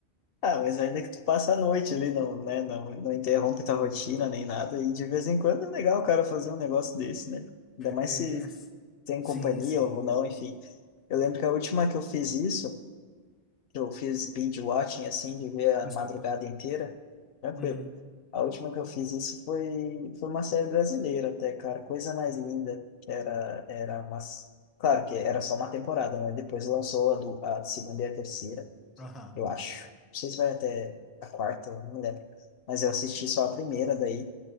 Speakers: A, on the left; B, in the centre.
A: Ah, mas ainda que tu passa a noite ali, não, né? Não, não interrompe tua rotina nem nada. E de vez em quando é legal o cara fazer um negócio desse, né? Ainda mais
B: É,
A: se
B: s-
A: tem
B: sim,
A: companhia
B: sim.
A: ou não, enfim. Eu lembro que a última que eu fiz isso, que eu fiz binge watching, assim, de ver a
B: Desculpa.
A: madrugada inteira, tranquilo.
B: Uhum.
A: A última que eu fiz isso foi, foi uma série brasileira até, cara. Coisa mais linda. Que era, era umas. Claro que era só uma temporada, né? Depois lançou a, do, a segunda e a terceira
B: Aham.
A: eu acho. Não sei se vai até a quarta, eu não me lembro. Mas eu assisti só a primeira daí,